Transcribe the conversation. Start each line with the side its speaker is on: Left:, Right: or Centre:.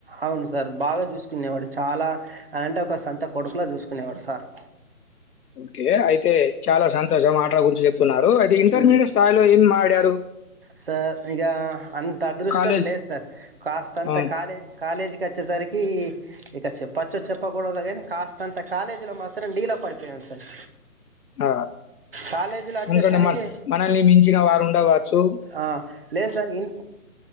Right: అవును సార్ బాగా చూసుకునేవాడు చాలా అలాంటే ఒక సంత కొడుకులో చూసుకునేవాడు సారు
Left: ఓకే అయితే చాలా సంతోషం ఆటలా గురించి చెప్తున్నారు. అయితే ఇంటర్మీడియట్
Right: ఉమ్.
Left: స్థాయిలో ఏం ఆడ్ టారు
Right: సార్ ఇక అంత అదృష్టం
Left: కాలేజ్
Right: లేదు సార్ కాస్త అంత
Left: ఆ!
Right: కాలే కాలేజీకి వచ్చేసరికి ఇక చెప్పచ్చు చెప్పకూడదు కానీ కాస్త అంత కాలేజీలో మాత్రం డీలో పడిపోయాను సార్
Left: ఆ
Right: కాలేజీలో వచ్చేసరికి
Left: ఎందుకంటే మన మనల్ని మించిన వారు ఉండవచ్చు
Right: ఆ లేదు సార్ ఇన్